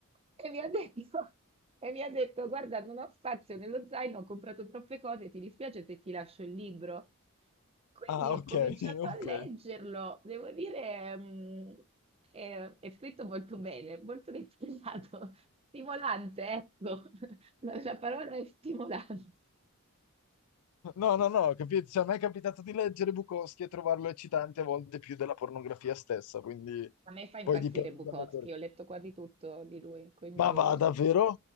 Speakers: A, on the right; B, on the left.
A: e mi ha detto, e mi ha detto, guarda, non ho spazio nello zaino, ho comprato troppe cose, ti dispiace se ti lascio il libro? Quindi
B: Ah,
A: ho
B: ok,
A: cominciato
B: ok.
A: a leggerlo, devo dire, mm, è, è scritto molto bene, molto dettagliato, <laughs> stimolante, ecco, <laughs> la, la parola è stimolante.
B: No, no, no, capito. Cioè, a me è capitato di leggere Bukowski e trovarlo eccitante a volte più della pornografia stessa, quindi
A: A me fa
B: poi
A: impazzire
B: dipende
A: Bukowski,
B: dall'autore.
A: ho letto quasi tutto di lui, quindi
B: Ma va, davvero?
A: mm,